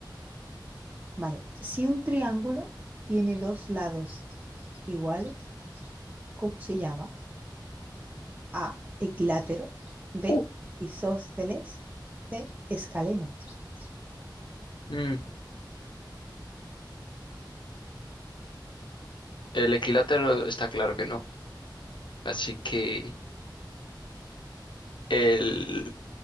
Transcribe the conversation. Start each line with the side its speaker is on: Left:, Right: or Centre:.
Right: vale, si un triángulo tiene dos lados iguales, ¿cómo se llama? A, equilátero, B,
Left: Uh.
Right: isósceles, C, escalenos.
Left: Mm, el equilátero está claro que no, así que el,